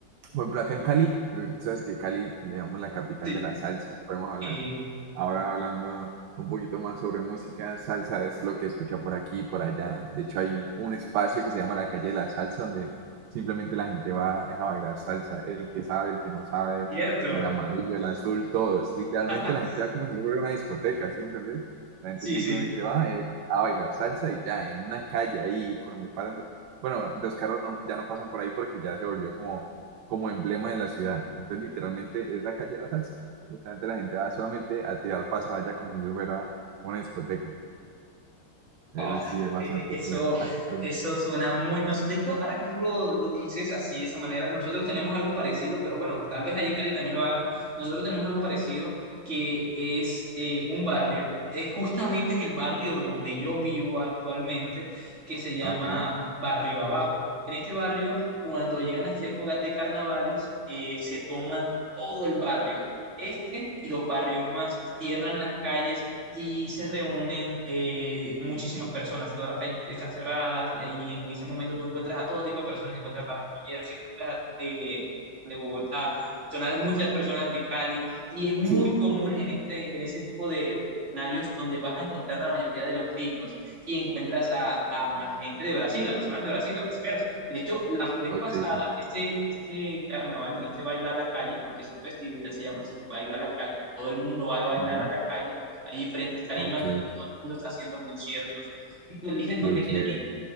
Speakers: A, on the right; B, on the right.
A: por ejemplo, acá en Cali, eh, sabes que Cali le llamamos la capital
B: Sí,
A: de la salsa. Podemos hablar
B: y-
A: ahora hablando un poquito más sobre música. Salsa es lo que escucha por aquí y por allá. De hecho, hay un espacio que se llama la calle de la salsa, donde simplemente la gente va es a bailar salsa. El que sabe, el que no sabe,
B: cierto.
A: el amarillo, el azul, todos. Literalmente
B: <laughs>
A: la gente va como si fuera una discoteca, ¿sí me entendés? La gente
B: Sí,
A: simplemente
B: sí.
A: va eh, a bailar salsa y ya, en una calle ahí por donde pasan. Bueno, los carros no, ya no pasan por ahí porque ya se volvió como como emblema de la ciudad. Entonces, literalmente es la calle de la salsa. Literalmente la gente va solamente a tirar pasos allá como si fuera una discoteca. Pero
B: Oh,
A: sí, es bastante
B: e- e- eso,
A: chévere. Así que,
B: eso suena muy. nos- de hecho, ahora que tú lo, lo dices así, de esa manera, nosotros tenemos algo parecido, pero bueno, tal vez allá en Cali también lo hagan. Nosotros tenemos algo parecido que es eh, un barrio. eh, justamente es el barrio donde yo vivo actualmente, que se llama
A: ok.
B: Barrio Abajo. En este barrio, cuando llegan las épocas de carnavales, eh, se toman todo el barrio. Este y los barrios más cierran las calles y se reúnen eh, muchísimas personas, todas las calles están cerradas y en ese momento tú encuentras a todo tipo de personas, encuentras barranquilleros, encuentras eh, de Bogotá, personas, muchas personas de Cali y es muy
A: Sí,
B: común en, este, en ese tipo de, de escenarios donde vas a encontrar la mayoría de los gringos y encuentras a, a gente de Brasil, a personas de Brasil, a brasileños. De hecho, la vez
A: ok,
B: pasada,
A: sí.
B: este, este carnaval, en este baila a la calle, porque es una festividad, se llama así, baila a la calle, todo el mundo va a bailar
A: Ajá,
B: a la calle hay diferentes tarimas
A: Ok,
B: donde todo el mundo está haciendo conciertos y tú eliges
A: qué
B: dónde
A: chévere.
B: quieres ir.